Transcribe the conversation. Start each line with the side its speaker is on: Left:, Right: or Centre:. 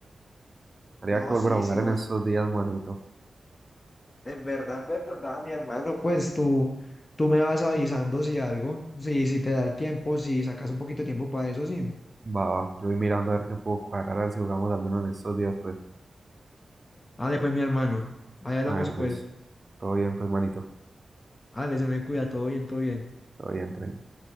Right: Habría
Left: No,
Right: que volver
Left: sí,
Right: a jugar
Left: sí, vos,
Right: en estos días, manito.
Left: en verdad, en verdad, mi hermano, pues tú, tú me vas avisando si algo, si, si te da el tiempo, si sacas un poquito de tiempo para eso, sí.
Right: Va, va, yo voy mirando a ver qué puedo cuadrar, a ver si jugamos al menos en estos días, pues.
Left: Dale, pues, mi hermano, ahí hablamos,
Right: A ver,
Left: pues.
Right: pues. Todo bien, pues, manito.
Left: Dale, se me cuida, todo bien, todo bien.
Right: Todo bien, todo bien.